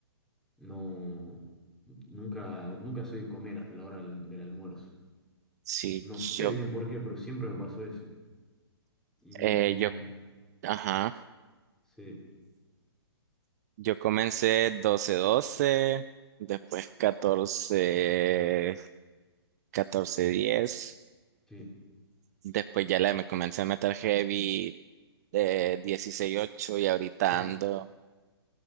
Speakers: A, in the centre; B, on the right.
A: no, nunca, nunca soy de comer hasta la hora del, del almuerzo.
B: Sí,
A: No sé
B: yo,
A: bien por qué, pero siempre me pasó eso. Eh,
B: eh, yo,
A: Y
B: ajá.
A: sí,
B: Yo comencé doce doce después catorce catorce diez
A: sí,
B: Después ya le me comencé a meter heavy de dieciséis ocho y ahorita
A: sí,
B: ando